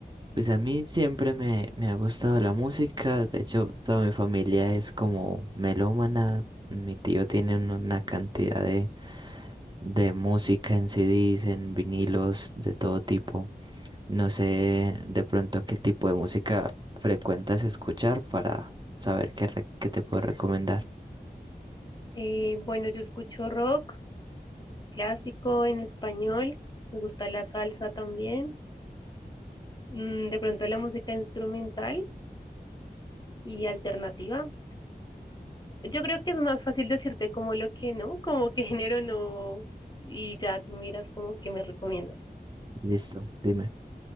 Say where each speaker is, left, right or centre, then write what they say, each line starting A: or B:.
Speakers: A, on the right (about 25°); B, on the left (about 25°).
A: Pues a mí siempre me, me ha gustado la música. De hecho, toda mi familia es como melómana. Mi tío tiene un- una cantidad de, de música en CDs, en vinilos, de todo tipo. No sé de pronto qué tipo de música frecuentas escuchar para saber qué, re- qué te puedo recomendar.
B: Eh, bueno, yo escucho rock clásico en español, me gusta la salsa también, mm, de pronto la música instrumental y alternativa. Yo creo que es más fácil decirte como lo que no, como qué <laughs> género no, y ya tú miras como que me recomiendas.
A: Listo, dime.